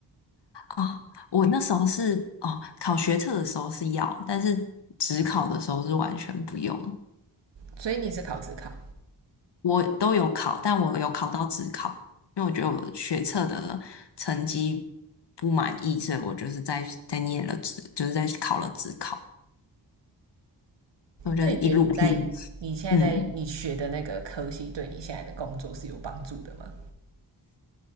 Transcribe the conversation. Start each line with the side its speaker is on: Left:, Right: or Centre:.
Left: 哦，我那时候是哦，考学测的时候是要，但是职考的时候是完全不用。
Right: 所以你是考自考，
Left: 我都有考，但我有考到职考，因为我觉得我学测的成绩不满意，所以我就是在在念了职，就是在考了职考，我就是一路拼。
Right: 那你觉得你在你现在在你学的那个科系对你现在的工作是有帮助的吗？
Left: 嗯，